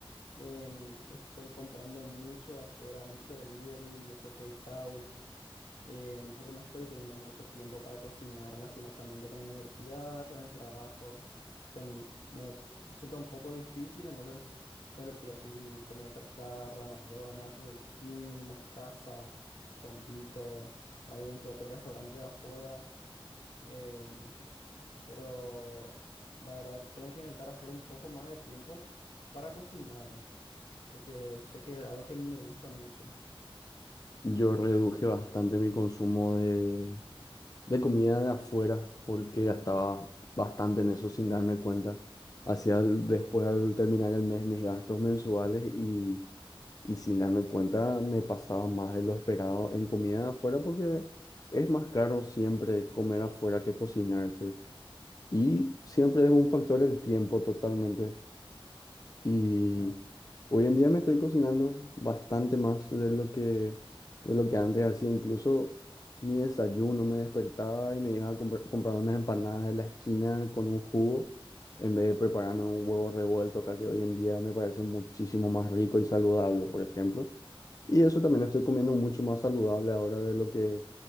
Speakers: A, on the left; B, on the left.
A: en- estoy comprando mucho de afuera, mucho delivery, mucho takeout eh, porque no estoy teniendo mucho tiempo para cocinar, lastimosamente, con la universidad, con el trabajo. Se m- me resulta un poco difícil, entonces siempre pido así comida chatarra, McDonald's, Burger King, Mostaza, Don Vito o algún que otro restaurante de afuera. em, pero la verdad tengo que intentar hacer un poco más de tiempo para cocinar, porque sé que es algo que me gusta mucho.
B: Yo reduje bastante mi consumo de, de comida de afuera porque gastaba bastante en eso sin darme cuenta. Hacía el- después al terminar el mes mis gastos mensuales y, y sin darme cuenta me pasaba más de lo esperado en comida de afuera porque es más caro siempre comer afuera que cocinarse. Y siempre es un factor el tiempo totalmente. Y
A: ¿no?
B: hoy en día me estoy cocinando bastante más de lo que, de lo que antes hacía. Incluso mi desayuno me despertaba y me iba a comprar, comprar unas empanadas de la esquina con un jugo en vez de prepararme un huevo revuelto acá que hoy en día me parece muchísimo más rico y saludable, por ejemplo. Y eso también estoy comiendo mucho más saludable ahora de lo que